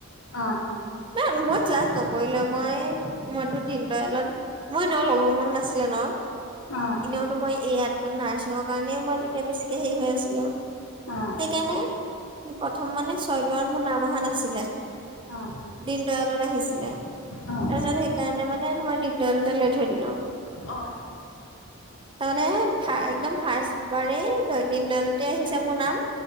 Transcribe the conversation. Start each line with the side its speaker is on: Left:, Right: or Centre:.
Left: অ'।
Right: অ' মই ক্লাছ নকৰিলেও মই, মইতো দিনদয়ালত মই ন' ল'বৰ মন নাছিলে ন'
Left: অ
Right: এনেও ত' মই এইয়াত নাৰ্ছিঙৰ কাৰণেও মই তেতিয়া বেছিকে হেৰি হৈ আছিলোঁ
Left: অ
Right: সেইকাৰণে প্ৰথম মানে ছয়দোৱাৰ মোৰ নাম অহা নাছিলে।
Left: অ'।
Right: দিননদয়ালত আহিছিলে তাৰপিছত
Left: অ
Right: সেইকাৰণে মানে তোমাৰ দিনদয়ালতে লৈ থৈ দিলোঁ।
Left: অ
Right: তাৰমানে ফা একদম ফাৰ্ষ্ট মাৰি দৈনিক দলতে আহিছে মোৰ নাম।